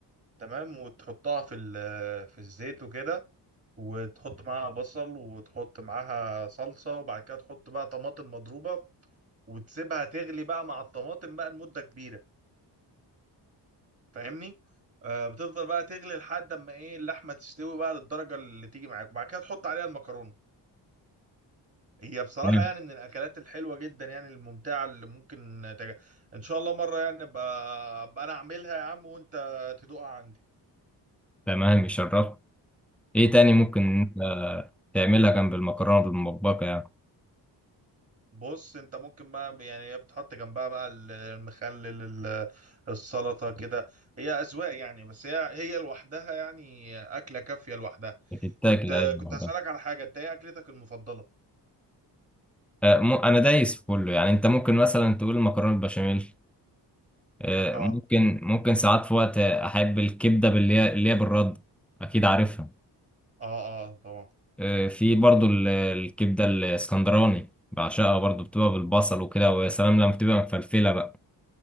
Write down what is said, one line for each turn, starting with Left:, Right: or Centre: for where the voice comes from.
Right: تمام وتحطها في ال- في الزيت وكده وتحط معاها بصل وتحط معاها صلصة وبعد كده تحط بقى طماطم مضروبة وتسيبها تغلي بقى مع الطماطم بقى لمدة كبيرة فاهمني آه بتفضل بقى تغلي لحد اما ايه اللحمة تستوي بقى للدرجة اللي تيجي معاك وبعد كده تحط عليها المكرونة هي بصراحة
Centre: تمام
Right: يعني من الأكلات الحلوة جدا يعني الممتعة اللي ممكن تج... إن شاء الله مرة يعني أبقى أبقى أنا أعملها يا عم وأنت تدوقها عندي
Centre: تمام يشرف ايه تاني ممكن انت تعملها جنب المكرونه بالمبكبكه يعني
Right: بص انت ممكن بقى يعني بتحط جنبها بقى ال- المخلل ال- السلطة كده هي أذواق يعني بس هي هي لوحدها يعني أكلة كافية لوحدها
Centre: بتتاكل
Right: كنت
Centre: اي مرة.
Right: كنت هسألك على حاجة انت ايه أكلتك المفضلة؟
Centre: آه م- انا دايس في كله يعني انت ممكن مثلا تقول مكرونه البشاميل آه
Right: اه
Centre: ممكن ممكن ساعات في وقت احب الكبده باللي هي اللي هي بالرد اكيد عارفها
Right: اه اه طبعا
Centre: آه، في برضو ال- الكبدة الاسكندراني بعشقها برضو بتبقى بالبصل وكده ويا سلام لما بتبقى مفلفلة بقى